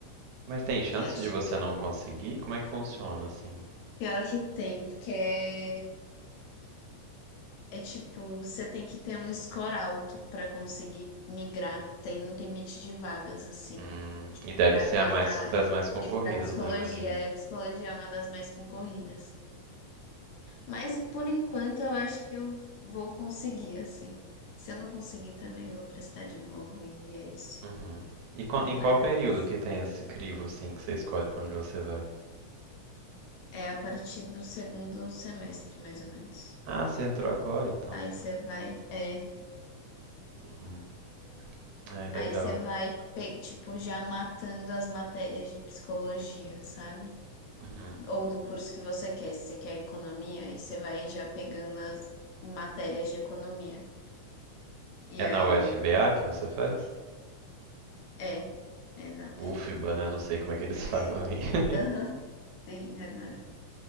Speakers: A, on the right (about 75°); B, on the left (about 75°).
A: Mas tem chance
B: Que acho
A: de você
B: que
A: não conseguir? Como é que funciona, assim?
B: pior que tem, porque é, é tipo, você tem que ter um score alto para conseguir migrar. Tem um limite de vagas, assim,
A: Hum, e deve
B: para
A: ser
B: cada
A: a mais
B: área.
A: das mais concorridas,
B: E para psicologia,
A: né? Imagino.
B: é, psicologia é uma das mais concorridas. Mas por enquanto eu acho que eu vou conseguir, assim. Se eu não conseguir também, eu vou prestar de novo e é isso.
A: Uhum. E qua-
B: Mas
A: em qual período que tem esse crivo, assim, que você escolhe pra onde você vai?
B: é a partir do segundo semestre, mais ou menos.
A: Ah, você entrou agora, então.
B: Aí você vai, é,
A: Uhum. Ai, legal.
B: aí você vai, pe- tipo, já matando as matérias de psicologia, sabe?
A: Uhum.
B: Ou do curso que você quer. Se você quer economia, aí você vai já pegando as matérias de economia. E
A: É
B: aí.
A: na UFBA que você faz?
B: É, é na UFA.
A: UFBA, né? Não sei como é que eles falam
B: É.
A: aí. <laughs>
B: Aham, sim, é na,